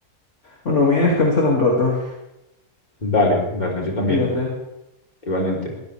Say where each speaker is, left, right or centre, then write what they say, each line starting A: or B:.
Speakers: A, on the left; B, on the left.
A: bueno, me voy a descansar un rato.
B: Dale, dale, yo también,
A: Cuídate.
B: igualmente.